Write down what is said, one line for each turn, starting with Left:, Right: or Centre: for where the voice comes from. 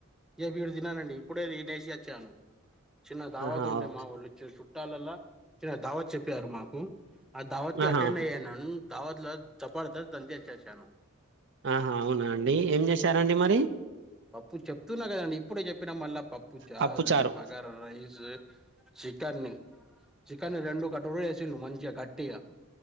Centre: ఏపు ఇడు తిన్నానండి ఇప్పుడే దినేసి వచ్చాను చిన్న దావాత్
Right: ఆహా
Centre: ఉండే
Right: ఓకే.
Centre: మా వాళ్ళు ఇచ్చి చు లల్లా దావత్ చెప్పారు మాకు ఆ దావత్కి
Right: ఆహా
Centre: అటెండ్ అయ్యాను అంతా ధావత్ల జబర్దస్ ధంచేశేశాను
Right: ఆహా అవునా అండి ఏం చేశారండి మరి
Centre: పప్పు చెప్తున్న కదండి ఇప్పుడే చెప్పినా మళ్ళ పప్పు చారు
Right: పప్పుచారు
Centre: బాగారా రైస్ చికెన్ని చికెన్ని రెండు కటోరాలు వేసిండు మంచిగ గట్టిగా